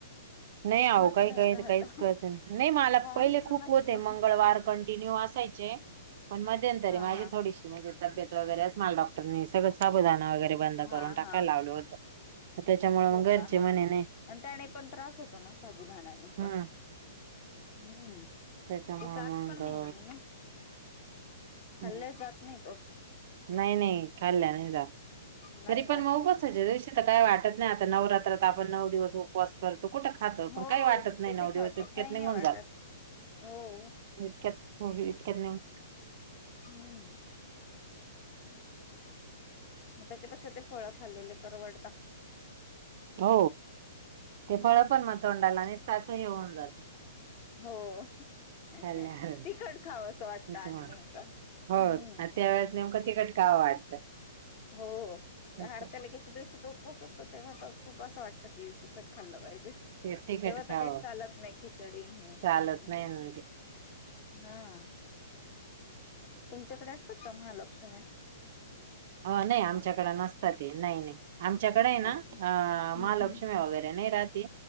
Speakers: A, on the right; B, on the left.
A: नाही
B: कुठलाच
A: आओ, काही
B: नाही
A: काही
B: राहत
A: तर काहीच करत नाही नाही मला
B: काहीच
A: पहिले खूप
B: नसत
A: होते. मंगळवार कंटिन्यू आस पाहिजे, पण मध्यंतरी
B: हा
A: माझी
B: हा
A: थोडीशी म्हणजे तबेत बऱ्याच मला डॉक्टरनी सगळं साबूदाना वगैरे बंद करून
B: हा
A: टाकायला
B: हा
A: लावलं होतं. त्याच्यामुळे
B: हो
A: मग घरचे
B: का? हा
A: म्हणे
B: हा
A: नाही
B: त्याने पण त्रास हो तो ना, साबुदाणाने पण
A: हम्म
B: हम्म
A: त्याच्यामुळे
B: ते जात
A: मग
B: पण नाही
A: अ,
B: आणि ना खाल्ल्या
A: हम्म,
B: जात नाही तो
A: नाही नाही खाल्ल्या नाही जात,
B: नाही
A: तरी
B: ना
A: पण मग उपा सायच्या दिवशी तर काय वाटत? टत नाही आता, नवरात्रात आपण नऊ दिवस उपवास करतो कुठं खातं?
B: हो
A: पण काही वाटत नाही
B: कुठे
A: नऊ दिवस
B: खातो
A: इतक्यात
B: काही
A: निघून
B: नाही वाटत
A: जात.
B: हो
A: इतक्यात हो इतक्यात निवून.
B: हुं. मग त्याच्यापेक्षा ते फळ खाल्लेले परवडता.
A: हो
B: हम्म
A: ते फळ पण मग, तोंडाला नीसता आस हे होऊन जात.
B: हो. तिखट
A: खाल्ल्यावर
B: खावं असं वाटतं
A: त्याच्यामुळे
B: आणि नेमकं हुं.
A: हो त्यावेेळेस नेमकं तिखट खावं वाटतं
B: हो
A: असं.
B: हरतालीकेच्या दिवशी तो उपवास करतोय म आता खूप असं वाटतं की, तिखट खाल्लं पाहिजे.
A: ते तिखट
B: तेव्हा तर
A: खावं
B: काही चालत नाही, खिचडी न हे
A: चालत
B: काहीच नाही.
A: ना ते
B: हा. तुमच्याकडे असतात का महालक्षुम्या?
A: हो नाही आमच्याकड नसतात ते, नाही नाही. आमच्याकडे हाये ना?
B: नाही
A: अ महालक्ष्मी
B: हा
A: वगैरे नाही रहाती.